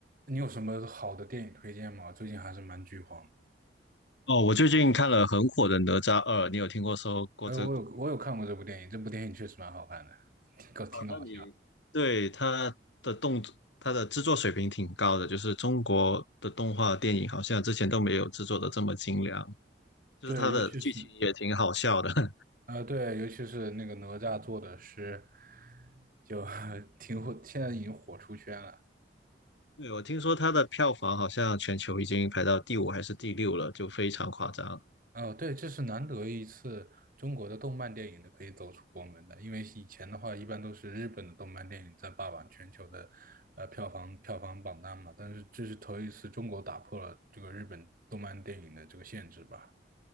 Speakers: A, on the right (about 50°); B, on the left (about 80°).
A: 你有什么好的电影推荐吗？最近还是蛮剧荒的。
B: 哦，我最近看了很火的《哪吒二》，你有听过说过这个故事
A: 哎，我有我有看过这部电影，这部电影确实蛮好看的，挺搞挺搞笑。
B: 哦，那你对它的动作，它的制作水平挺高的，就是中国的动画电影好像之前都没有制作的这么精良，就是它的剧情也挺好笑的。
A: 对，尤其是
B: <laughs>
A: 呃，对，尤其是那个哪吒做的诗，就 <laughs> 挺火，现在已经火出圈了。
B: 对，我听说它的票房好像全球已经排到第五还是第六了，就非常夸张。
A: 哦，对，这是难得一次中国的动漫电影的可以走出国门的，因为以前的话一般都是日本的动漫电影在霸榜全球的呃票房票房榜单嘛，但是这是头一次中国打破了这个日本动漫电影的这个限制吧。